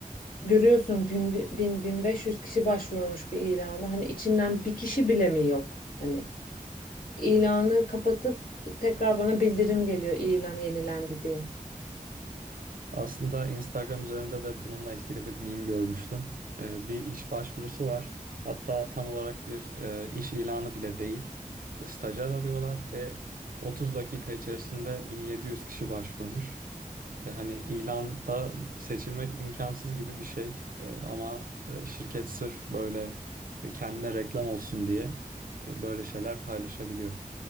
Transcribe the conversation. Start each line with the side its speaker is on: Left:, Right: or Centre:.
Left: görüyorsun bin, bin, bin beş yüz kişi başvurmuş bir ilana. Hani içinden bir kişi bile mi yok? Hani İlanı kapatıp tekrar bana bildirim geliyor ilan yenilendi diye.
Right: Aslında Instagram üzerinde de bununla ilgili bir meme görmüştüm. Ee, bir iş başvurusu var. Hatta tam olarak bir e, iş ilanı bile değil. Stajyer arıyorlar ve 30 dakika içerisinde 1700 kişi başvurmuş. E, Hani ilanda seçilmek imkansız gibi bir şey. E, ama e, şirket sırf böyle e, kendine reklam olsun diye e, böyle şeyler paylaşabiliyor.